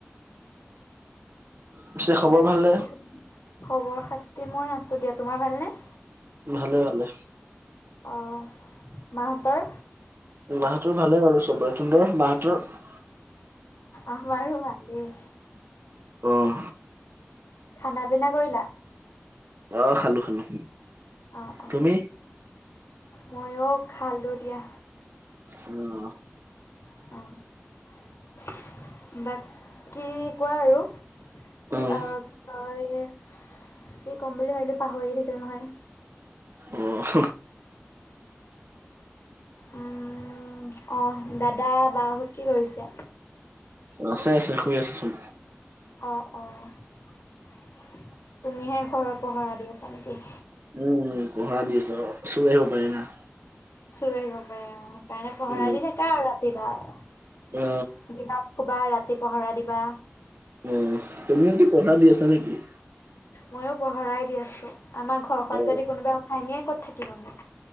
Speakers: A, on the right; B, on the left.
A: পিছে খবৰ
B: বাকী
A: ভালনে
B: খবৰ -খাতি, মই আছো দিয়া। তোমাৰ ভালনে?
A: ভালে। ভালে।
B: অ'হ। মাহঁতৰ?
A: মাহঁতৰ ভালে বাৰু চবৰে। তহঁতৰ মাহঁতৰ?
B: আমাৰো ভালেই।
A: অহ।
B: খানা পিনা কৰিলা?
A: অহ। খালো। খালো।
B: অহ। অহ।
A: তুমি
B: ময়ো খালো দিয়া।
A: অহ।
B: অহ। বাকী কোৱা আৰু কি? অ অ, অ কি
A: উম
B: ক'ম বুলি ভাবিলো, পাহৰিয়ে থাকিলো নহয়।
A: অহ।
B: উম। অহ। দাদা- বাহঁত কি কৰিছে?
A: আছে। আছে। শুই আছে চব।
B: অহ। অহ। তুমিহে ঘৰৰ পহৰা দি আছা নেকি?
A: উম। উম। পহৰা দি আছো। অ' চুৰ আহিব পাৰে না!
B: চুৰ আহিব পাৰে। অ' সেইকাৰণে পহৰা
A: উম
B: দি থাকা আৰু ৰাতিদাল।
A: অ
B: দিনত শুবা। ৰাতি পহৰা দিবা।
A: উম। তুমিও কি পহৰা দি আছা নে কি?
B: ময়ো পহৰাই দি আছো। আমাৰ ঘৰখন
A: অ
B: যদি কোনোবাই উঠাই নিয়ে, ক'ত থাকিম আমি!